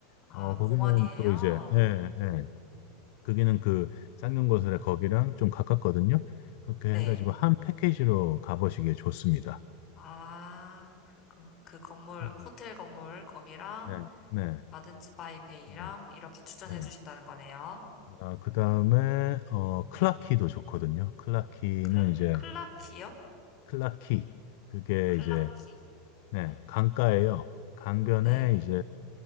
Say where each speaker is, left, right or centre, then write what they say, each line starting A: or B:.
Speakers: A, on the left; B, on the left.
A: 아,
B: 어, 거기는
A: 공원이에요?
B: 또 이제, 예, 예,
A: 음,
B: 거기는 그 쌍용거설의 거기랑 좀 가깝거든요. 그렇게
A: 네.
B: 해가지고 한 네. 패키지로 가보시기에 좋습니다.
A: 아, 그럼 그 건물,
B: 음,
A: 호텔 건물, 거기랑,
B: 네, 네,
A: 가든지 바이 베이랑,
B: 네,
A: 이렇게 추천해
B: 네.
A: 주신다는 거네요.
B: 아, 그 다음에
A: 음,
B: 어 클라키도
A: 네.
B: 좋거든요. 클라키는
A: 클,
B: 이제
A: 클라키요?
B: 클라키 그게
A: 클라키.
B: 이제 네
A: 네.
B: 강가예요. 강변에
A: 네.
B: 이제